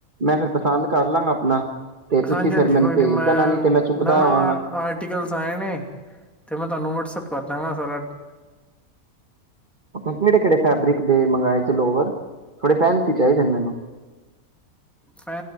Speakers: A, on the right; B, in the centre.
A: ਮੈਂ ਫਿਰ ਪਸੰਦ ਕਰ ਲਾਂਗਾ ਆਪਣਾ ਤੇ ਤੁਸੀਂ
B: ਹਾਂਜੀ ਹਾਂਜੀ
A: ਫਿਰ ਮੈਨੂੰ
B: ਕੋਈ ਨੀ
A: ਭੇਜ
B: ਮੈਂ
A: ਦੇਣਾ ਨੀ ਤੇ ਚੁੱਕਦਾ
B: ਨਵਾਂ
A: ਰਵਾਂਗਾ
B: ਆਰਟੀਕਲਸ ਆਏ ਨੇ ਤੇ ਮੈਂ ਤੁਹਾਨੂੰ ਵਟਸਪ ਕਰ ਦੇਵਾਂਗਾ ਫਿਰ ਹ <unintelligible>
A: ਆਪਾਂ ਕਿਹੜੇ ਕਿਹੜੇ ਫੈਬਰਿਕ ਦੇ ਮੰਗਵਾਏ ਸੀ ਲੋਵਰ ਥੋੜੇ ਫੈਂਸੀ ਚਾਹੀਦੇ ਨੇ ਮੈਨੂੰ
B: ਫ